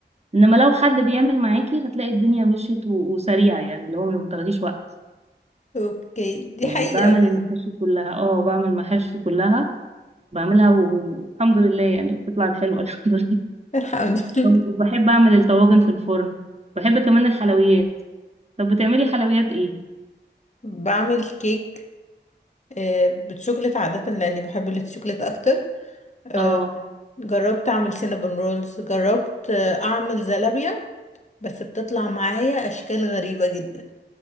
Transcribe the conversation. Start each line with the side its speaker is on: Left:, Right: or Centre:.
Right: انما لو حد بيعمل معاكي هتلاقي الدنيا مشيت و- وسريعه يعني اللي هو ما بتاخديش وقت
Left: اوكي دي
Right: يعني
Left: حقيقة
Right: بعمل
Left: بس
Right: المحاشي كلها اه بعمل المحاشي كلها بعملها والحمد لله يعني بتطلع حلوه <laughs> الحمد
Left: الحمد لله
Right: لله بحب اعمل الطواجن في الفرن بحب كمان الحلويات طب بتعملي حلويات ايه
Left: <laughs> بعمل كيك آه، بالشوكولاتة عادة لأني بحب الشوكولاتة أكتر آه،
Right: اه
Left: جربت أعمل سينابون رولز جربت آه، أعمل زلابية بس بتطلع معايا أشكال غريبة جدا